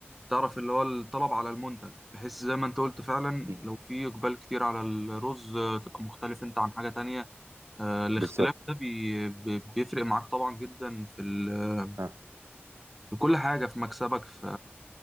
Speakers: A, in the centre; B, on the right.
A: تعرف اللي هو الطلب على المنتج بحيث زي ما أنت قلت فعلا
B: أكيد.
A: لو في إقبال كتير على الرز آه، تبقى مختلف أنت عن حاجة تانية آه، الاختلاف
B: بالظبط
A: ده بي- بي- بيفرق معاك طبعا جدا في ال- آه،
B: اه
A: في كل حاجة في مكسبك في